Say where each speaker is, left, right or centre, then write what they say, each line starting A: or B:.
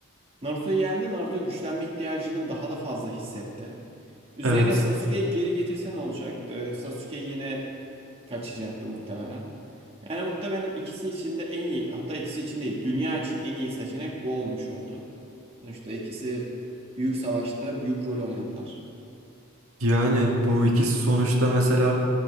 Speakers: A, on the right; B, on the right.
A: Naruto'yu yendi. Naruto güçlenme ihtiyacını daha da fazla hissetti. Üzerine
B: Evet.
A: Sasuke'yi geri getirse ne olacaktı? Sasuke yine kaçacaktı muhtemelen. Yani muhtemelen ikisi için de en iyi, hatta ikisi için değil, dünya için en iyi seçenek bu olmuş oldu. Sonuçta ikisi büyük savaşta büyük rol oynadılar.
B: Yani bu ikisi sonuçta mesela